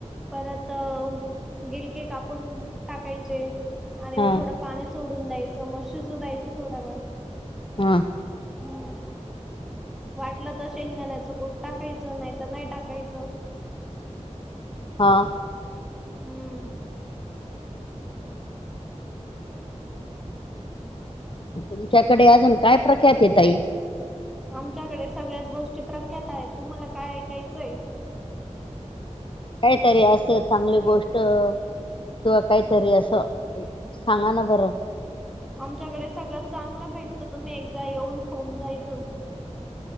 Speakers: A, in the centre; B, on the left.
A: परत. गिलके कापून टाकायचे. आणि
B: हा
A: मग थोडं पाणी सोडून द्यायचं मग शिजू द्यायचं थोडा वेळ.
B: हा
A: हम्म वाटलं तर शेंगदाण्याचं कुट टाकायचं नाही तर नाही टाकायचं.
B: हा
A: हम्म
B: तुमच्याकडे अजून काय प्रख्यात हे ताई?
A: आमच्याकडे सगळ्याच गोष्टी प्रख्यात आहेत तुम्हाला काय ऐकायचंय?
B: काहीतरी असं चांगली गोष्ट किंवा काहीतरी असं. सांगा ना बरं.
A: आमच्याकडे सगळं चांगलं भेटत तुम्ही एकदा येऊन खाऊन जा इथून.